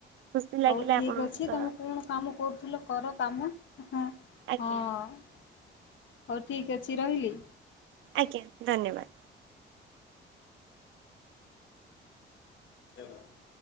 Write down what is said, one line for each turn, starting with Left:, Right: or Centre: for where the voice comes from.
Right: ଖୁସି ଲାଗିଲା
Left: ହଉ ଠିକ
Right: ଆପଣଙ୍କ
Left: ଅଛି
Right: ସହିତ
Left: ତମେ କଣ କାମ କରୁଥିଲ କର କାମ ହଁ।
Right: ଆଜ୍ଞା
Left: ହଉ ଠିକ ଅଛି ରହିଲି।
Right: ଆଜ୍ଞା ଧନ୍ୟବାଦ।
Left: <inaudible>